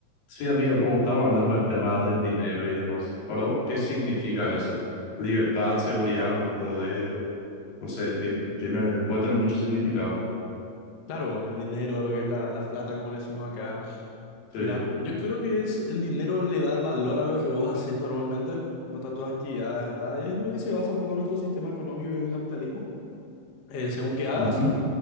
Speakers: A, on the left; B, on the left.
A: Sí, amigo, como estamos hablando del tema del dinero y demás, para vos, ¿qué significa eso? Libertad, seguridad, poder, no sé, tiene, tiene- puede tener mucho significado.
B: Claro, el dinero, lo que es la, la plata, como le decimos acá.
A: Sí.
B: Mira, yo creo que es el dinero le da el valor a lo que vos haces normalmente, a todas tus actividades, ¿verdad? Y es lo que se basa un poco en nuestro sistema económico y es el capitalismo. Eh, según que hagas,
A: Ujú.